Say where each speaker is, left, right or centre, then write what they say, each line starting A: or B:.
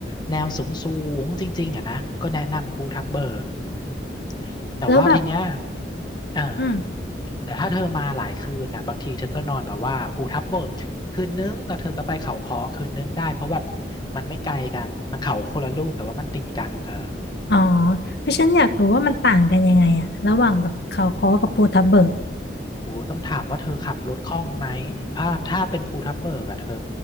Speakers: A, on the left; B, on the left.
A: แนวสูงสูงจริงๆอ่ะนะก็แนะนำภูทับเบิกอืมแต่ว่าทีเนี้ย
B: แล้วแบบ
A: เออ
B: อืม
A: แต่ถ้าเธอมาหลายคืนอ่ะบางทีเธอก็นอนแบบว่าภูทับเบิกคืนนึงแล้วเธอก็ไปเขาค้อคืนนึงได้เพราะแบบมันไม่ไกลกันมันเขาคนละลูกแต่ว่ามันติดกันเธอ
B: อ๋อเพราะฉันอยากรู้ว่ามันต่างกันยังไงอะระหว่างแบบเขาค้อกับภูทับเบิก
A: โอ้ต้องถามว่าเธอขับรถคล่องไหมถ้าถ้าเป็นภูทับเบิกอะเธอ